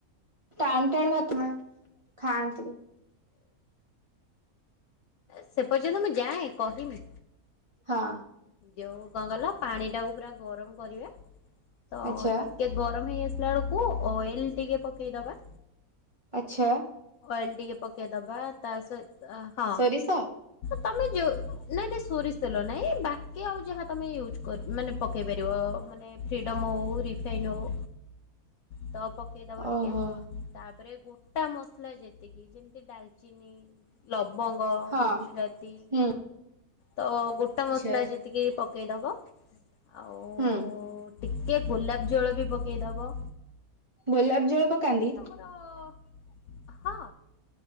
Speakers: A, on the right; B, on the left.
A: ଟାଣ ଟାଣ ଭାତ ନାଁ ଖାଆନ୍ତି।
B: ସେ ପର୍ଯ୍ୟନ୍ତ ମୁଁ ଯାଏ କହିନି।
A: ହଁ।
B: ଯୋଉ କଣ କଇଲ ପାଣି ଟାକୁ ପୁରା ଗରମ କରିବା ତ
A: ଆଚ୍ଛା
B: ଟି ଟିକେ ଗରମ ହେଇ ଆସିଲା ବେଳକୁ ଅଏଲ ଟିକେ ପକେଇଦବା।
A: ଆଛା।
B: ଓଏଲ ଟିକେ ପକେଇଦବା ତା ସହି ତ ହଁ।
A: ସୋରିଷ?
B: ତମେ ଯୋଉ ନାଇଁ ନାଇଁ ସୋରିସ ତେଲ ନାଇଁ ବାକି ଆଉ ଯାହା ତମେ ୟୁଜ କର। ମାନେ ପକେଇ ପାରିବ ମାନେ। ଫ୍ରିଡମ ହଉ ରିଫାଇନ ହଉ ତ ପକେଇଦବ
A: ଓହୋ
B: ଟିକେ। ତାପରେ ଗୋଟା ମସଲା ଯେତିକି ଯେମିତି ଡାଲଚିନି। ଲବଙ୍ଗ,
A: ହଁ।
B: ଗୁଜୁରାତି
A: ହୁଁ
B: ତ ଗୋଟା
A: ଆଚ୍ଛା
B: ମସଲା ଯେ ତିକି ପକେଇଦବ ଆଉ।
A: ହୁଁ
B: ଟିକେ ଗୋଲାପ ଜଳ ବି ପକେଇଦବ।
A: ଗୋଲାପ ଜଳ ପକାନ୍ତି?
B: ତ। ହଁ।